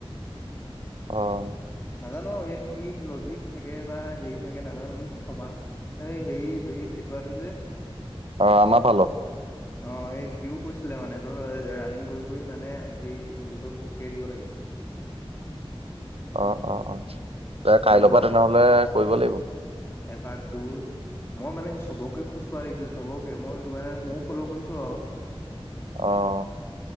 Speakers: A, on the right (about 75°); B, on the left (about 25°).
A: অ'।
B: নাজানো ইয়াত কি লজিক থাকে, বা হেৰি থাকে নাজানো মোক থমা এই হেৰি <unintelligible> যে
A: অ আমাৰ ফালৰ
B: অ', এই সিও কৈছিলে মানে, তোৰ ৰানিং কৰি কৰি মানে সে এইটো কি বুলি কয় খোজকাঢ়ি দিব লাগে। <inaudible>
A: অ', অ', অ'। কাইলৈৰ
B: মানে অলপ
A: পৰা তেনেহলে কৰিব লাগিব
B: এপাক দূৰ মই মানে চবক। খোজ কঢ়াদেখিছো চব অকে মই সেইটো কাৰণে ময়ো ফল কৰিছো, আৰু
A: অহ ',